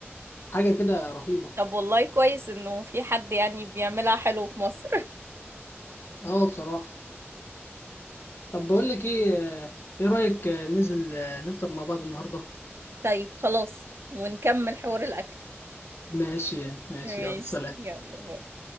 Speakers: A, on the left (about 60°); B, on the right (about 65°).
A: حاجة كده رهيبة
B: طب والله كويس انه في حد يعني بيعملها حلو في مصر
A: أه بصراحة طب بقول لك إيه آه، إيه رأيك آه، ننزل آه، نفطر مع بعض النهاردة
B: <laughs> طيب خلاص ونكمل حوار الاكل
A: ماشي ماشي
B: ماشي
A: يلا سلام
B: يلا باي.